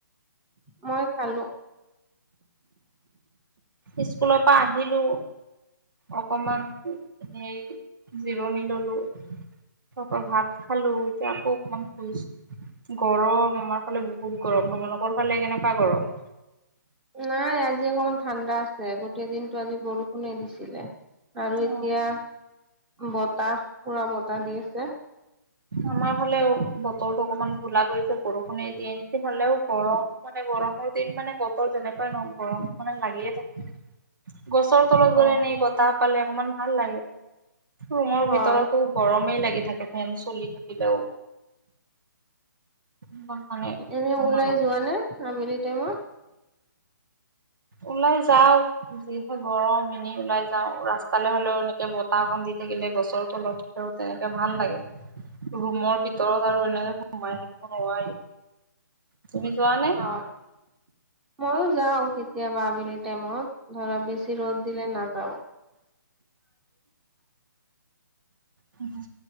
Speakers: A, in the centre; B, on the right (about 75°).
A: মই খালো।
B: অ'। স্কুলৰপা আহিলো। অকমান, এনেই জিৰণি ল'লো। তাপা ভাত খালো। এতিয়া আকৌ অকমান শুইছো, গৰম আমাৰ ফালে বহুত গৰম। তোমালোকৰ ফালে কেনেকুৱা গৰম?
A: নাই আজি অকমান ঠাণ্ডা আছে গোটেই দিনটো আজি বৰষুণে দিছিলে। আৰু
B: অ',
A: এতিয়া? বতাহ পুৰা বতাহ দি আছে।
B: আমাৰ ফালেও বতৰটো অকমান গোলা কৰিছে, বৰষুণে দিয়ে নেকি! হ'লেও গৰম মানে গৰমৰ দিন মানে বতৰ যেনেকুৱাই নহক গৰম মানে লাগিয়ে থাকে। গছৰ তলত গ'লে
A: অ'
B: ন বতাহ পালে অকমান ভাল লাগে। ৰুমৰ
A: হয়।
B: ভিতৰতো গৰমেই লাগে। থাকে ফন চলি থাকিলেও ইমান মানে
A: এনে
B: ভাল
A: ওলাই
B: নালাগে
A: যোৱা নে আবেলি টাইমত।
B: ওলাই যাওঁ। যিহে গৰম এনেই ওলাই যাওঁ ৰাস্তালৈ হলেও এনেকে বতাহ অকণ দি থাকিলে গছৰ তলত হলেও তেনেকে ভাল লাগে ।ৰুমৰ ভিতৰত আৰু এনেকে সোমাই থাকিব নোৱাৰি। তুমি যোৱা নে
A: ইহ মইও যাওঁ কেতিয়াবা আবেলি। টাইমত। ধৰা বেছি ৰ'দ দিল নাযাওঁ।
B: উম।